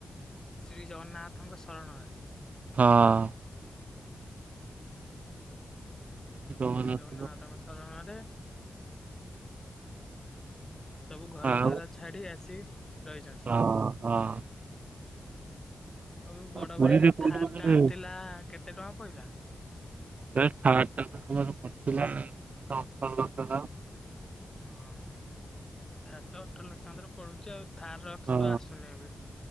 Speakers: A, on the left; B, on the right.
A: ଶ୍ରୀଜଗନ୍ନାଥଙ୍କ ଶରଣରେ।
B: ହଁ।
A: <unintelligible>
B: ଜଗନ୍ନାଥ
A: ଶ୍ରୀ ଜଗନ୍ନାଥଙ୍କ <unintelligible> ସବୁ ଘର
B: ଆଉ
A: ଦ୍ୱାରା ଛାଡି ଆସି ରହିଛନ୍ତି।
B: ହଁ- ହଁ।
A: ଆଉ ବଡ
B: ପୁରୀରେ
A: ଭାଇ ଯଉ
B: କୋଉଠି
A: ଥାର୍
B: ଗୋଟେ
A: ଟା ଆଣିଥିଲା କେତେ ଟଙ୍କା ପଇଲା?
B: ସେ ଥାର୍ ଟା ତ ଆମର ପଡିଥିଲା <unintelligible>
A: ହଁ ଥାର୍ ତ ଅଠର ଲକ୍ଷ <unintelligible> ପଡୁଚି ଆଉ ଥାର୍ ରକ୍ସ୍
B: ହଁ
A: ତ ଆସୁନି ଏବେ।